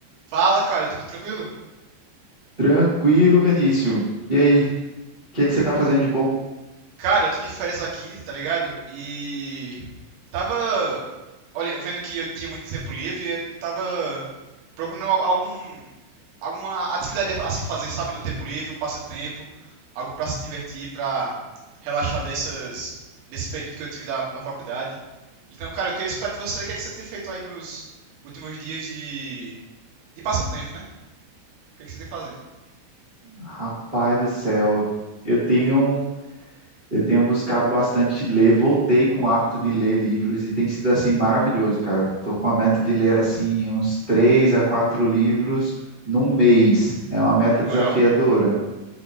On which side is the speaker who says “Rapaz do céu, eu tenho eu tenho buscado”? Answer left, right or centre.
Right